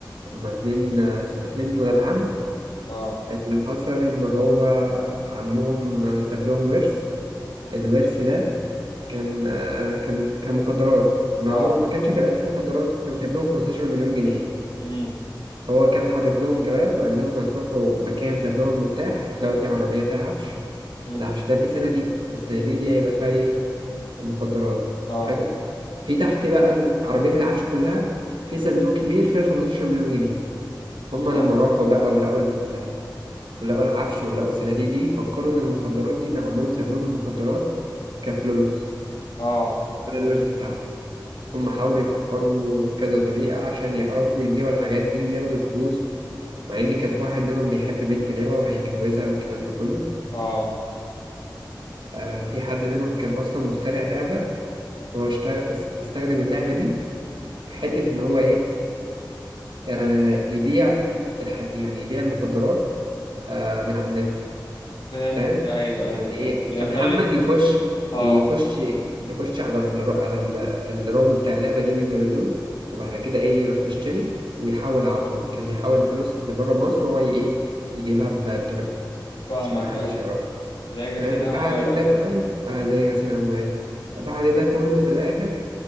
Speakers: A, on the right (about 85°); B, on the left (about 80°).
A: هما اتنين اتنين ولاد عم
B: اه
A: اللي حصل ان هو عمهم ساب لهم ورث الورث ده كان آه، كان كان مخدرات ما
B: اه
A: هو ما كانش في الأساس مخدرات كان سايب لهم 15 مليون جنيه
B: امم
A: هو كان حاطط لهم جواب وقال لهم هتروحوا مكان ساب لهم المفتاح هتلاقوا فيه عربية فيها عفش
B: امم
A: العفش ده فيه صناديق الصناديق دي هيبقى فيها إيه المخدرات
B: اه
A: حلو في تحت بقى ال- عربية العفش كلها في صندوق كبير فيه 15 مليون جنيه هما
B: ت-
A: لما راحوا بقى ولقوا ال... ولقوا العفش ولقوا الصناديق دي فكروا إن المخدرات دي إن عمهم ساب لهم المخدرات كفلوس
B: اه
A: ده الورث بتاعهم هم حاولوا يفكروا في كذا طريقة عشان يعرفوا يبيعوا الحاجات دي وياخدوا الفلوس مع إن كان في واحد منهم بيحب بنت لعبة وهيتجوزها والكلام ده كله
B: اه
A: آه في حد منهم كان أصلا مخترع لعبة هو اشتغل استخدم اللعبة دي في حتة إن هو إيه آه يبيع الح... يعني يبيع المخدرات آه من على النت
B: فهمتك
A: فاهم
B: ايوه
A: يعني
B: ايوه
A: ايه
B: ايوه بيخلي
A: كمحمد يخش
B: اه
A: يخش يخش على الر- على ال- الرعب بتاع اللعبه دي ويدنا باللود وبعد كده ايه يروح مشتري ويحول على طول كان بيحول الفلوس اللي بره مصر هو ايه يجيبها ب- بطريقته
B: فاهمك
A: عشان محدش
B: ايوه
A: يعرفه
B: زي غسيل
A: فاهم
B: اموال
A: بعد
B: او
A: ده
B: كده
A: ك- ايوه آه، زي غسيل اموال بعد ده كله في الاخر